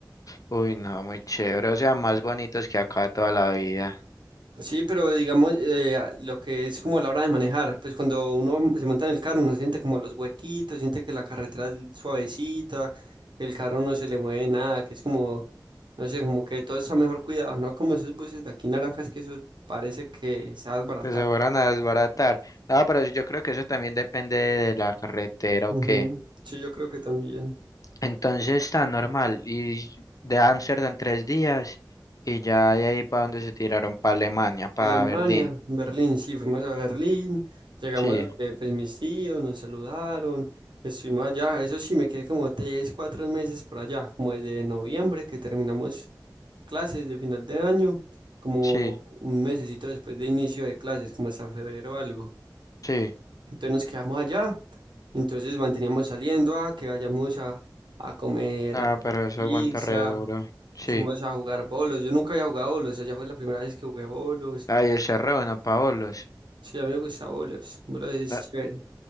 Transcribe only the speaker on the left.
Uy, no, muy chévere, o sea, más bonitos que acá toda la vida.
Que se fueran a desbaratar. Ah, pero yo creo que eso también depende de la carretera
o qué.
Entonces está normal. Y de Ámsterdam tres días y ya de ahí para donde se tiraron, para Alemania, para
Berlín.
Sí,
sí,
sí.
Ah, pero eso
aguanta re duro. Sí.
Ay, ese re bueno, Paolos.
No,